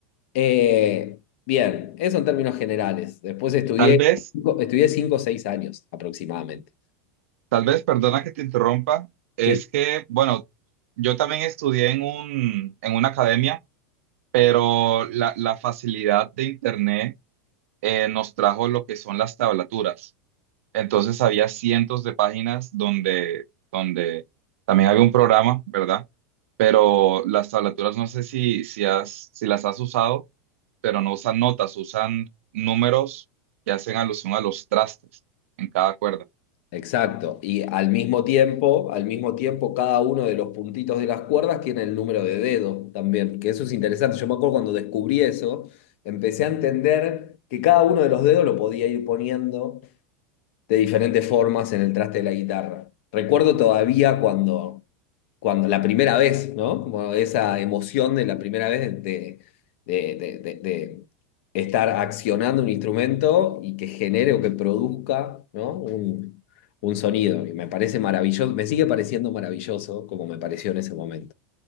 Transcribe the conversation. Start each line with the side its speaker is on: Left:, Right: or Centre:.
Left: Eh, bien, eso en términos generales. Después estudié,
Right: Tal vez,
Left: estudié cinco o seis años aproximadamente.
Right: tal vez, perdona que te interrumpa, es
Left: sí
Right: que, bueno, yo también estudié en un, en una academia, pero la, la facilidad de internet eh, nos trajo lo que son las tablaturas. Entonces había cientos de páginas donde, donde también había un programa, ¿verdad? Pero las tablaturas, no sé si, si has, si las has usado pero no usan notas, usan números que hacen alusión a los trastes en cada cuerda.
Left: Exacto. Y al mismo tiempo, al mismo tiempo, cada uno de los puntitos de las cuerdas tiene el número de dedo también, que eso es interesante. Yo me acuerdo cuando descubrí eso, empecé a entender que cada uno de los dedos lo podía ir poniendo de diferentes formas en el traste de la guitarra. Recuerdo todavía cuando, cuando la primera vez, ¿no? Como esa emoción de la primera vez de, de, de- de- de estar accionando un instrumento y que genere o que produzca, ¿no? un, un sonido. Y me parece maravilloso, me sigue pareciendo maravilloso como me pareció en ese momento.